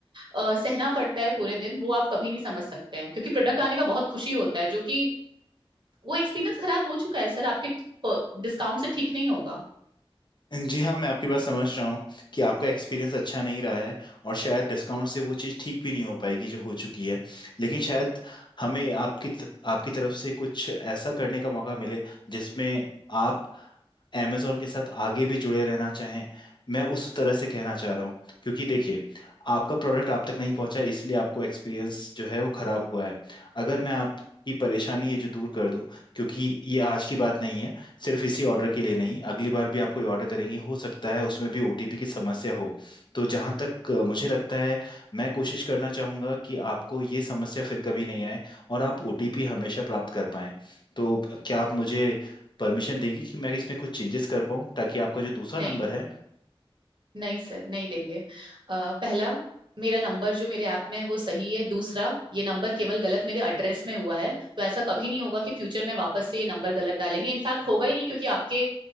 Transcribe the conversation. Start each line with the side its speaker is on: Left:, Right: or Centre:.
Right: अ, सहना पड़ता है पूरे दिन वो आप कभी नहीं समझ सकते हैं क्योंकि प्रोडक्ट आने का बहुत खुशी होता है जो कि वो एक्सपीरियंस खराब हो चुका है सर आपके डिस्काउंट से ठीक नहीं होगा
Left: जी हाँ मैं आपकी बात समझ रहा हूँ कि आपका एक्सपीरियंस अच्छा नहीं रहा है और शायद डिस्काउंट से वो चीज़ ठीक भी नहीं हो पाएगी जो हो चुकी है लेकिन शायद हमें आपकी आपकी तरफ से कुछ ऐसा करने का मौका मिले जिसमें आप amazon के साथ आगे भी जुड़े रहना चाहें मैं उस तरह से कहना चाह रहा हूँ क्योंकि देखिए आपका प्रोडक्ट आप तक नहीं पहुंचा इसलिए आपको एक्सपीरियंस जो है वो खराब हुआ है अगर मैं आपकी परेशानी ये जो दूर कर दूं क्योंकि ये आज की बात नहीं है सिर्फ इसी ऑर्डर के लिए नहीं अगली बार भी आप कोई ऑर्डर करेंगे हो सकता है उसमें भी ओटीपी की समस्या हो तो जहां तक अ, मुझे लगता है मैं कोशिश करना चाहूंगा कि आपको ये समस्या फिर कभी नहीं आए और आप ओटीपी हमेशा प्राप्त कर पाएं तो क्या आप मुझे परमिशन देगी कि मैं इसमें कुछ चेंजेस कर पाऊँ ताकि आपका जो दूसरा
Right: नहीं
Left: नंबर है
Right: नहीं सर नहीं देंगे अ, पहला मेरा नंबर जो मेरे ऐप में है वो सही है दूसरा ये नंबर केवल गलत मेरे एड्रेस में हुआ है तो ऐसा कभी नहीं होगा कि फ्यूचर में वापस से ये नंबर गलत डालेंगे इनफैक्ट होगा ही नहीं क्योंकि आपके